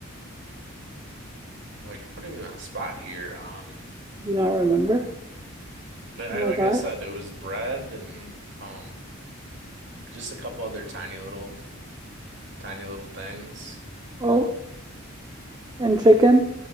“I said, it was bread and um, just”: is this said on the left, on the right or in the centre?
Right